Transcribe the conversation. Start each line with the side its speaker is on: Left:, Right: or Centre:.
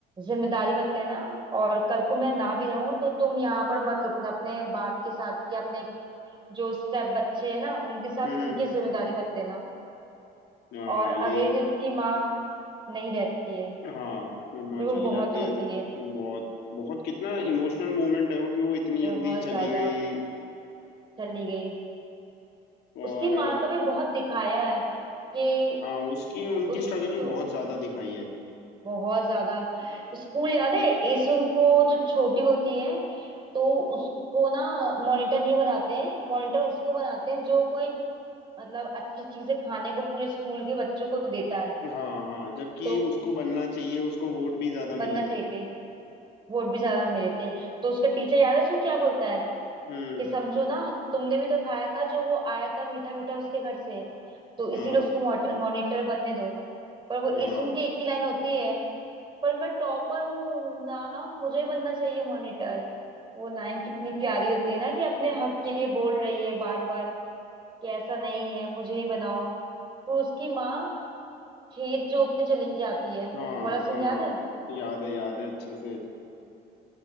Right: जिम्मेदारी मत लेना और कल को मैं ना भी रहूं तो तुम यहाँ पर मत रुकना अपने बाप के साथ या अपने जो स्टेप बच्चे हैं ना उनके साथ
Left: हम्म
Right: उनकी जिम्मेदारी मत लेना
Left: हाँ
Right: और अगले
Left: यही
Right: दिन उसकी माँ नहीं रहती है
Left: हाँ फिर माँ
Right: फिर वो
Left: चली
Right: बहुत
Left: जाती
Right: रोती
Left: है तो
Right: है
Left: बहुत बहुत कितना इमोशनल मोमेंट है वो कि वो इतनी
Right: बहुत
Left: जल्दी चली
Right: ज्यादा
Left: गई
Right: चली गई
Left: और
Right: उसकी माँ का भी बहुत दिखाया है कि
Left: हाँ उसकी उनकी
Right: उस
Left: स्ट्रगल भी
Right: तो
Left: बहुत ज्यादा दिखाई है
Right: बहुत ज्यादा स्कूल याद है एसुन को जो छोटी होती है तो उसको ना मॉनिटर नहीं बनाते हैं मॉनिटर उसको बनाते हैं जो कोई मतलब अच्छी चीजें खाने को पूरे स्कूल के बच्चों को देता है
Left: हाँ हाँ जबकि
Right: तो
Left: उसको बनना चाहिए उसको वोट भी ज्यादा
Right: बनना
Left: मिले
Right: चाहिए
Left: थे
Right: थे वोट भी ज्यादा मिले थे तो उसका टीचर याद है उसको क्या बोलता है
Left: हम्म
Right: कि समझो ना तुमने भी तो खाया था जो वो आया था मीठा मीठा उसके घर से तो इसीलिए
Left: हाँ
Right: उसको मॉनिटर बनने दो पर वो
Left: हाँ
Right: इस उनकी एक ही लाइन होती है पर मैं टॉपर हूँ ना मुझे बनना चाहिए मॉनिटर वो लाइन कितनी प्यारी होती है ना कि अपने हक के लिए बोल रही है बार बार कि ऐसा नहीं है मुझे ही बनाओ तो उसकी माँ खेत जोतने चली जाती है
Left: हाँ
Right: वाला सीन
Left: हाँ
Right: याद है
Left: याद है याद है अच्छे से